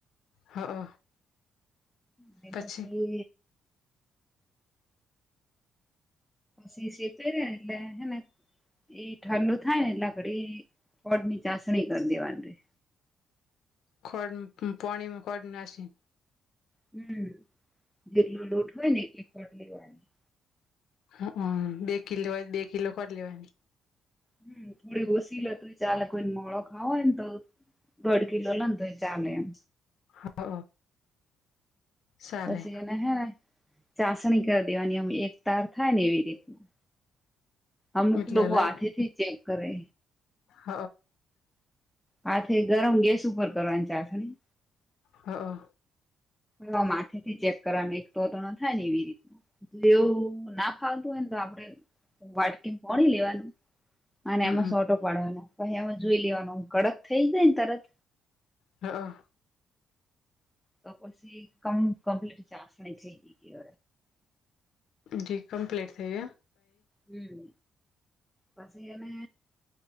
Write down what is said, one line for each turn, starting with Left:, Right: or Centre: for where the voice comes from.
Left: હ હ
Centre: હ
Left: પછી
Centre: બસ એ સીશી પેરણ એટલે હેને એ ઠંડુ થાય ને એટલા ઘડી ફળની ચાસણી કરી દેવાની
Left: ખડ પાણીમાં ખડ નાસી
Centre: હમ્મ જેટલો લોટ હોય ને એકપ લેવાની
Left: હ બે કિ લેવાય બે કિલો કર લેવાય
Centre: હમ્મ થોડી ઓસીીલો ત ચાલે કોઈને મોડો ખાવોહોયને તો દોડ કિલો લને તો ચાલે એમ
Left: હ ચાલે
Centre: પછી એને હે ચાસણી કરી દેવાની અમ એક તાર થાય ને એવી રીતના અમુક
Left: એટલે
Centre: લોકો
Left: લઈ
Centre: આથી થી ચેક કરે
Left: હ
Centre: હાથે ગરમ ગેસ ઉપર કરવાની ચાસણી
Left: હા
Centre: હ માથે થી ચેક કરવાનું એક તો તો ન થાય ને એવી રીત એવું ના ખાવતું હોય ને તો આપડે વાટકી પોણી લેવાનું અને
Left: હમમ
Centre: એમાં સોટો પાડવાનો પછી એમાં જોઈ લેવાનોમ કડક થઇ જાય ને તરત
Left: હા
Centre: તો પછી કમ કમ્પ્લીટ ચાસણી થઈ ગઈ ગઈ
Left: જી કમ્પ્લેટ થ ગયા
Centre: હમ્મ પછી એને